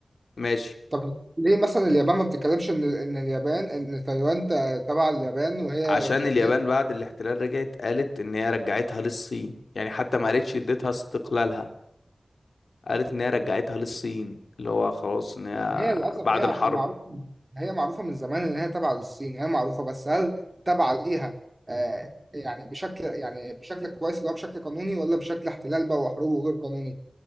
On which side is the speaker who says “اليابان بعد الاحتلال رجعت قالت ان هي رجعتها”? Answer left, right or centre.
Left